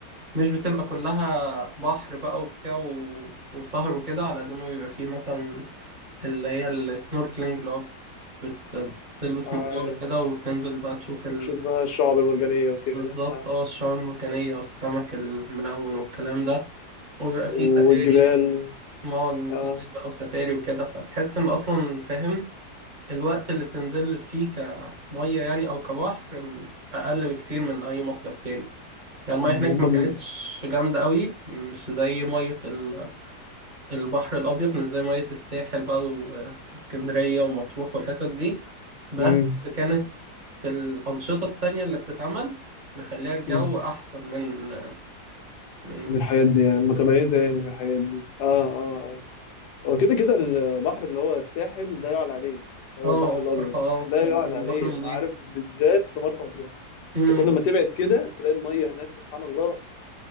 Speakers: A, on the right (about 30°); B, on the left (about 80°).
A: مش بتبقى كلها بحر بقى وبتاع و... وسهر وكده على قد ما بيبقى فيه مثلا اللي هي السنوركلينج اللي هو بت... بتلبس
B: آه.
A: نظارة كده وتنزل بقى تشوف ال...
B: شوف بقى الشعب المرجانية وكده
A: بالظبط
B: آه.
A: اه الشعاب المرجانية والسمك الملون والكلام ده وبيبقى فيه
B: والجبال
A: سفاري ما
B: اه
A: جبال بقى وسفاري وكده فتحس إن أصلا فاهم الوقت اللي تنزل فيه كمية يعني أو كبحر أقل بكتير من أي مصيف تاني يعني المية
B: هم
A: هناك ما كانتش جامدة قوي مش زي مية ال- البحر الأبيض مش زي مية الساحل بقى واسكندرية ومطروح والحتت دي بس
B: امم
A: كانت الأنشطة التانية اللي بتتعمل مخليها الجو
B: امم
A: أحسن من من
B: من
A: الساحل
B: الحاجات دي يعني متميزة يعني في الحاجات دي اه اه ايوه هو كده كده البحر اللي هو الساحل ده يعلى عليه اللي
A: اه
B: هو البحر الأبيض
A: بصراحة اه
B: ده لا
A: البحر
B: يعلى عليه
A: نضيف
B: عارف بالذات في مرسى مطروح
A: مم.
B: انت كل ما تبعد كده تلاقي المية هناك سبحان الله